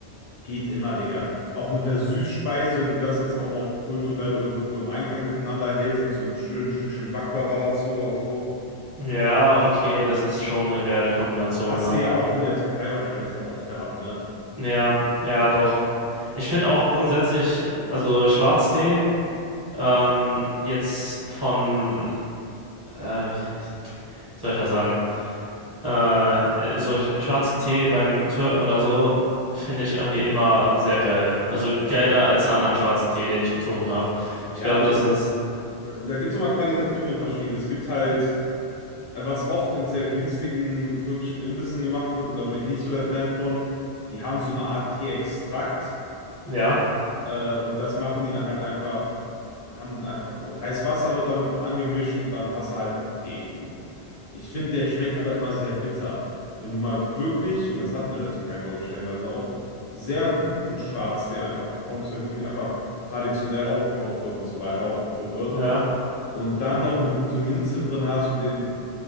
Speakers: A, on the left; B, on the right.
A: geht immer, Digga. Auch mit einer Süßspeise, wenn du das jetzt auch noch kulturell irgendwo im Einklang miteinander hältst, mit so einem schönen Stückchen Baklava dazu oder so,
B: Ja,
A: ist
B: okay,
A: schon.
B: das ist schon eine geile Kombination
A: Hast
B: dann.
A: du ja auch in der Türkei wahrscheinlich dann oft gehabt, ne?
B: Ja, ja, doch. Ich finde auch grundsätzlich, also Schwarztee, ähm, jetzt von, äh, wie soll ich das sagen? Äh, so sch- schwarzen Tee beim Türken oder so, finde ich irgendwie immer sehr geil. Also geiler als anderen schwarzen Tee, den ich getrunken habe. Ich
A: Ja,
B: glaube,
A: also
B: das ist,
A: da gibt es nochmal qualitative Unterschiede. Es gibt halt. was oft in sehr günstigen türkischen Imbissen gemacht wird, und da bin ich nicht so der Fan von, die haben so eine Art Teeextrakt
B: ja,
A: äh, und das machen die dann halt einfach, haben einfach so, heiß Wasser wird damit angemischt und dann hast du halt Tee. Boom. Ich finde, der schmeckt aber immer sehr bitter. Wenn du mal wirklich, und das hatten wir in der Türkei, glaube ich, stellenweise auch, sehr guten Schwarztee einfach bekommst, der wirklich einfach traditionell aufgekocht wird und so weiter, aufgebrüht wird,
B: ja.
A: und dann noch eine gute Minze drin hast und den